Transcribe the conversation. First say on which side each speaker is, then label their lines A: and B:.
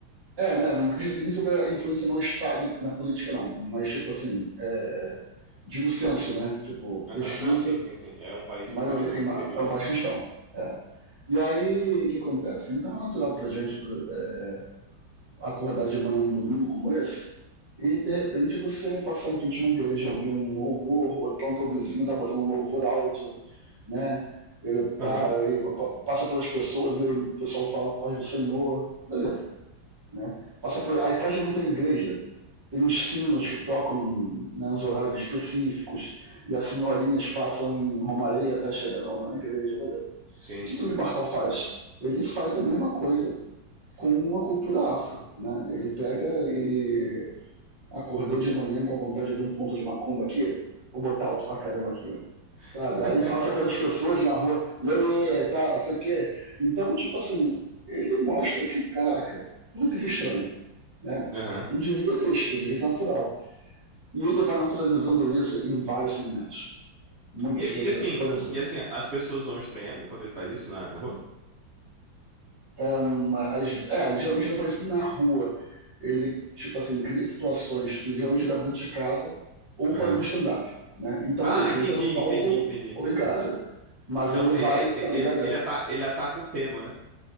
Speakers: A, on the right; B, on the right.
A: É, né? Não acredito nem sobre a influência no Estado, na política, não. Mas, tipo assim, é, digo censo, né? Tipo,
B: Aham,
A: pesquisa,
B: não, sim, sim, sim. É um país
A: em maioria,
B: pro cristão,
A: em ma-
B: sem dúvida.
A: é um país cristão. É. E aí, o que acontece? Então é natural pra gente pra, é, acordar de manhã num domingo como esse e, de repente, você passar em frente a uma igreja, ouvir um louvor, ou então teu vizinho tá botando um louvor alto, né? Ele, pa-
B: Aham,
A: ele pa- passa pelas pessoas, ele- o pessoal fala paz do Senhor, beleza, né? Passa por, aí atrás de mim tem uma igreja, tem sinos que tocam nos horários específicos, e as senhorinhas passam em Romareia até chegar na igreja, beleza.
B: sim,
A: E o que,
B: sim.
A: que o Marçal faz? Ele faz a mesma coisa com uma cultura afro, né? Ele pega e acordei de manhã com a vontade de ouvir um ponto de macumba aqui, vou botar alto pra caramba aqui, sabe?
B: <laughs>
A: Aí passa pelas pessoas na rua, Lore, tá, sei o quê. Então, tipo assim, ele mostra que, caraca, por que isso é estranho, né?
B: Aham.
A: Não devia ser estranho, devia ser natural. E ele vai naturalizando isso em vários segmentos. Muitas
B: E,
A: coisas
B: e assim,
A: diferentes. Por exemplo,
B: e assim, as pessoas vão estranhando quando ele faz isso na, na rua?
A: um, as, é, ele geralmente não faz isso na rua. Ele, tipo assim, cria situações. Tipo, ele geralmente grava dentro de casa ou fazendo
B: Aham.
A: stand-up. Né? Então
B: Ah,
A: é isso.
B: entendi,
A: Ele tá no palco
B: entendi, entendi, entendi.
A: ou em casa. Mas
B: Então
A: ele vai,
B: ele, ele,
A: tá ligado?
B: ele, ele ata- ele ataca o tema, né?